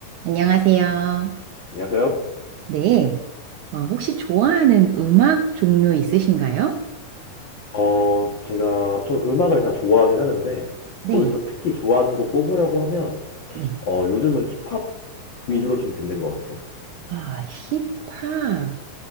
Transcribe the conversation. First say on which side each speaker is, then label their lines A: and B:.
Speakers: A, on the right (about 75°); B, on the left (about 75°).
A: 안녕하세요.
B: 안녕하세요.
A: 네. 어, 혹시 좋아하는 음악 종류 있으신가요?
B: 어, 제가, 전 음악을 다 좋아하긴 하는데,
A: 네.
B: 거기서 특히 좋아하는 곡 꼽으라고 하면,
A: 네.
B: 어, 요즘은 힙합 위주로 좀 듣는 것 같아요.
A: 아, 힙합,